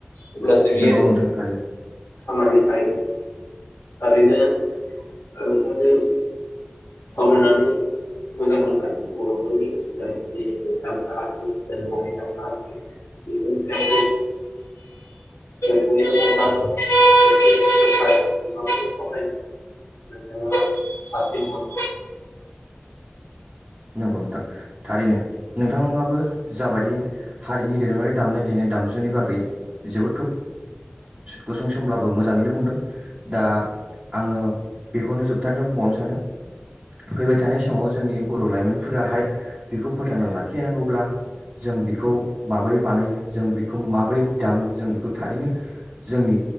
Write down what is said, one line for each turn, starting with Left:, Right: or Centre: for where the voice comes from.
Left: अब्लासो बियो
Right: नोंगौ नोंथां थारैनो।
Left: <unintelligible> थारैनो ओ नोंथांजों सावरायनानै मोजां मोनबाय बर'फोरनि जाय जे दामफा आगजु धोरमारि दामफा आजु बेफोरनि सायाव जोङो
Right: नंगौ नोंथां थारैनो नोंथाङाबो जाबादि हारिनि दोरोङारि दामनाय देनाय दामजुनि बागै जोबोद खोब गुसुं समब्लाबो मोजाङैनो बुंदों दा आङो बेखौनो जोबथारनायाव बुंबावनो सानो फैबाय थानाय समाव जोंनि। बर' लाइमोनफोराहाय बेखौ फोथांना लाखिनांगौब्ला जों बेखौ माबोरै बानायो जों बेखौ माबोरै दामो जों बेखौ थारैनो जोंनि